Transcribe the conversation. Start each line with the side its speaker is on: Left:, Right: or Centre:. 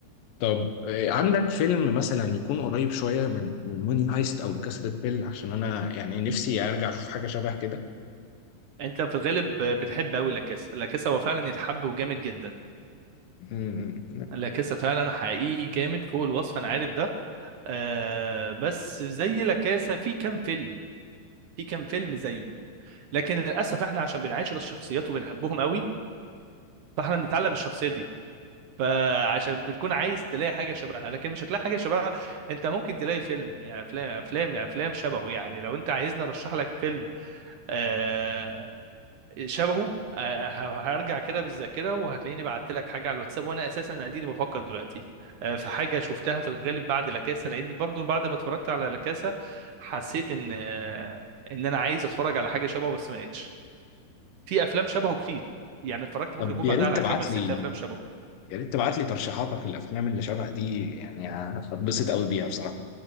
Left: طب آه عندك فيلم مثلا يكون قريب شويه من من موني هايست او كاسا دي بيل عشان انا يعني نفسي ارجع اشوف حاجه شبه كده
Right: انت في الغالب آه، بتحب قوي لاكاسا لاكاسا هو فعلا يتحب وجامد جدا
Left: امم
Right: لاكاسا فعلا حقيقي جامد فوق الوصف انا عارف ده آه بس زي لاكاسا في كام فيلم في كام فيلم زيه لكن للاسف احنا عشان بنعاشر الشخصيات وبنحبهم قوي فاحنا بنتعلق بالشخصيه دي فعشان بتكون عايز تلاقي حاجه شبهها لكن مش هتلاقي حاجه شبهها انت ممكن تلاقي فيلم يعني افلام افلام يعني افلام شبهه يعني لو انت عايزني ارشح لك فيلم آه، شبهه آه، ه- هرجع كده بالذاكره وهتلاقيني بعت لك حاجه على الواتساب وانا اساسا اديني بفكر دلوقتي آه، في حاجه شفتها في الغالب بعد لاكاسا لان برضو بعد ما اتفرجت على لاكاسا حسيت ان آه، ان انا عايز اتفرج على حاجه شبهه بس ما لقيتش في افلام شبهه كتير يعني اتفرجت
Left: طب
Right: ممكن يكون
Left: يا
Right: بعدها
Left: ريت
Right: على
Left: تبعت
Right: خمس
Left: لي
Right: ست افلام شبهه
Left: يا ريت تبعت لي ترشيحاتك للافلام اللي شبه دي يعني هتبسط قوي بيها بصراحه